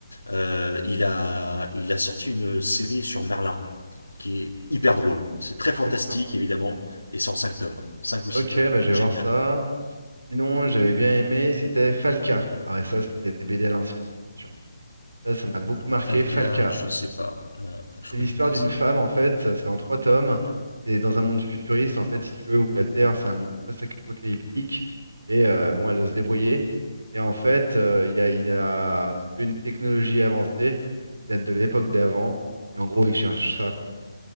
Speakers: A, on the left; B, on the right.
A: Euh, il a, il a sorti une série sur Merlin qui est hyper drôle. C'est très fantastique,
B: D'accord.
A: évidemment, et c'est en 5 tomes, 5 ou 6
B: Ok,
A: tomes.
B: bah, je
A: Génial.
B: vais voir ça. Sinon, j'avais bien aimé, c'était Falca. Ah, et ça, c'était des BD à l'ancienne, attention. Ça, ça m'a beaucoup marqué,
A: Falca,
B: Falca.
A: je sais pas. Non, je
B: C'est
A: connais
B: l'histoire
A: pas
B: d'une
A: ça.
B: femme, en fait, euh, c'est en trois tomes. C'est dans un monde futuriste, en fait, si tu veux, où la Terre, c'est un monde post-apocalyptique. Et euh, bon, elle doit se débrouiller. Et en fait, euh, il y a, il y a, si tu veux, une technologie avancée qui date de l'époque d'avant. Et en gros, ils cherchent ça, quoi.